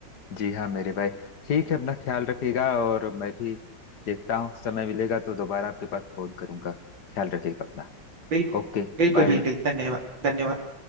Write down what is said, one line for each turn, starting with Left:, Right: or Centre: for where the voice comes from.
Left: जी हाँ मेरे भाई ठीक है अपना ख्याल रखिएगा और मैं भी देखता हूँ समय मिलेगा तो दोबारा आपके पास फोन करूंगा ख्याल रखिएगा अपना
Right: बिल्कुल
Left: ओके
Right: बिल्कुल
Left: बाय
Right: बिल्कुल धन्यवाद धन्यवाद